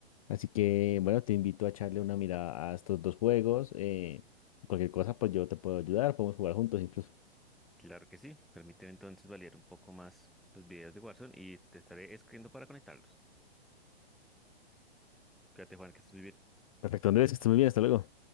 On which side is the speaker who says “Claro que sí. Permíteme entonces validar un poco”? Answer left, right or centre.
Centre